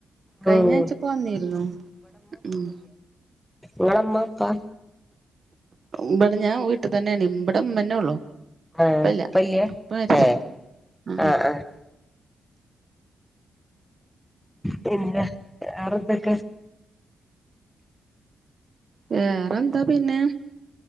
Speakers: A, on the right; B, in the centre.
A: കഴിഞ്ഞാഴ്ചൊക്കെ
B: ഉം
A: വന്നിരുന്നു ഉം
B: നിങ്ങളെ ഉമ്മ ഉപ്പാ
A: ഇവിടെ ഞാൻ വീട്ടി തന്നെയാണ് ഇബ്ടെ ഇമ്മന്നേള്ളൂ
B: ആഹ്
A: ഇപ്പല്ലാ
B: ഇപ്പല്ല്യ
A: ഇ പ്പ മരിച്ചു
B: ഏഹ് ആഹ്
A: ഉം
B: ആഹ് പിന്ന വേറെ എന്തെക്കെ
A: വേറെന്താ പിന്നെ